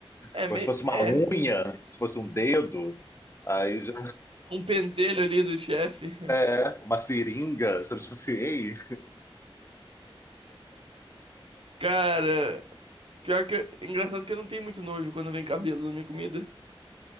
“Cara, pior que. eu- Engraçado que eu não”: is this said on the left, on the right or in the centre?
Right